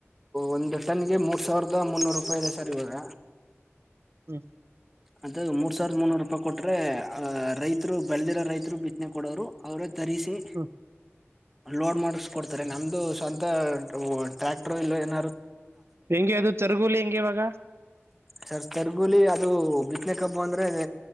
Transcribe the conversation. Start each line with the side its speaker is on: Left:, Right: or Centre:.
Centre: ಒಂದು ಟನ್ಗೆ ಮೂರ್ ಸಾವಿರದ ಮುನ್ನೂರು ರೂಪಾಯಿ ಇದೆ ಸರ್ ಇವಾಗ
Right: ಹ್ಮ
Centre: ಅದ ಮೂರ್ ಸಾವಿರದ ಮುನೂರು ರೂಪಾಯಿ ಕೊಟ್ರೆ ಅ್ ರೈತರು ಬೆಳೆದಿರೋ ರೈತರು ಬಿತ್ತನೆ ಕೊಡೋ್ರು ಅವ್ರ ತರಿಸರಿಸ
Right: ಹ್ಮ್
Centre: ಲೋಡ್ ಮಾಡಸ್ಕ ಕೊಡ್ತಾರೆ ನಮ್ದು ಸ್ವಂತ ಟ್ರ್ಯಾಕ್ಟರ್ ಇಲ್ಲ ಏನ
Right: ಹೆಂಗೆ ಅದು ತರ್ಗೂಲಿ ಹೆಂಗಗೆ ಇವಾಗ
Centre: ಸರ್ ತರ್ಗುಲಿ ಅದು ಬಿತ್ತನೆ ಕಬ್ು ಅಂದ್ರೆ